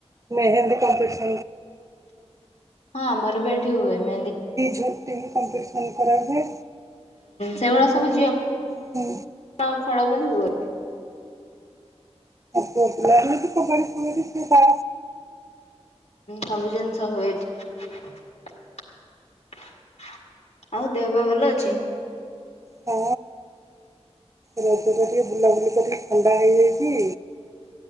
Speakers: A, on the right (about 30°); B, on the left (about 70°).
A: ମେହେନ୍ଦୀ କମ୍ପିସ
B: ହଁ ମରବେଟ ହୁଏ ମ
A: ଝୋଟି ବି କମ୍ପିଟିସନ କରାହୁଏ।
B: ସେ ସବୁ
A: ହୁଁ
B: ହଁ ଖରା ବନିବ
A: ହଁ ଆପିଲ କ ପ ସେଟ
B: ସବୁ ଜିନିଷ ହଏଠ ଆଉ ଦେହ ପାଇଁ ଭଲ ଅଛି?
A: ହଁ ରଜ ଟା ଟିକେ ବୁଲାବୁଲି କରିକି ଥଣ୍ଡା ହେଇଯାଇଛି